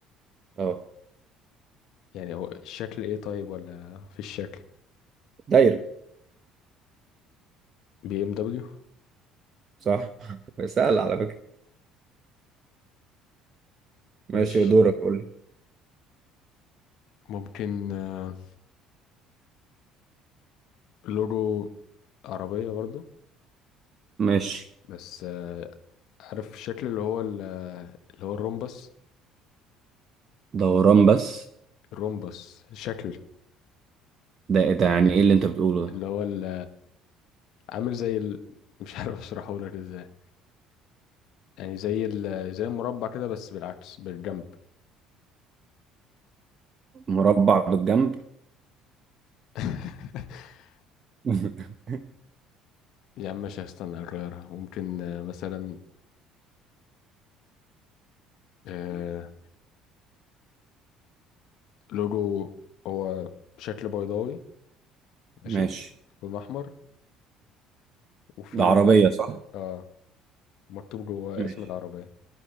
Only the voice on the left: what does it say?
يعني هو الشكل ايه طيب ولا في الشكل
بي ام دبليو
ماشي
ممكن آه، لوجو عربية برضو
بس آه، عارف الشكل اللي هو ال- اللي هو الرومبس
الرومبس الشكل
اللي هو ال- عامل زي ال... مش عارف اشرحه لك ازاي يعني زي ال... زي المربع كده بس بالعكس بالجنب
<laughs>
يا عم ماشي هستنى اغيرها ممكن آه، مثلا آه، لوجو هو شكل بيضاوي ماشي
لون احمر وفي
جو...
اه مكتوب جواه
اسم العربية